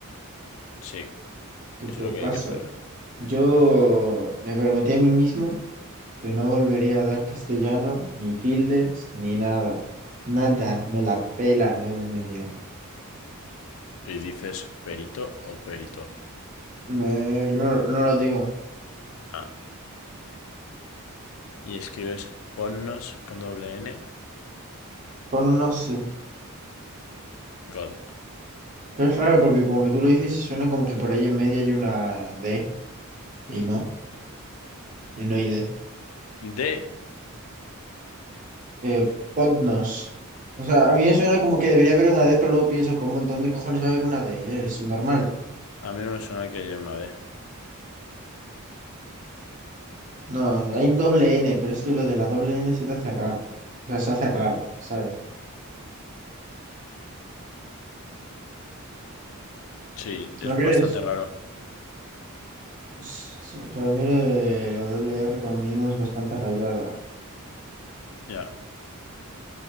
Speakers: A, on the left; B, on the right.
A: Sí, eso
B: Tipo,
A: es lo que
B: pasa.
A: hay que hacer.
B: Yo me prometí a mí mismo que no volvería a dar castellano, ni tildes, ni nada. Nada, me la pela lo que me digan.
A: Y dices perito o perito.
B: Me- no, no lo digo.
A: Ah, y escribes ponnos con doble N.
B: Con unos sí.
A: God.
B: Pero es raro porque como que tú lo dices y suena como que por ahí en medio hay una D. Y no, y no hay D.
A: D.
B: Eh, podnos. O sea, a mí me suena como que debería haber una D, pero luego pienso, ¿cómo, dónde cojones va a haber una D? Es subnormal.
A: A mí no me suena que haya una D.
B: No, hay un doble N, pero es que lo de la doble N se te hace raro. O sea, se hace raro, ¿sabes?
A: Sí, es
B: ¿No crees?
A: bastante raro.
B: Es- Para mí lo de la doble R como mínimo es bastante rayada.
A: Ya.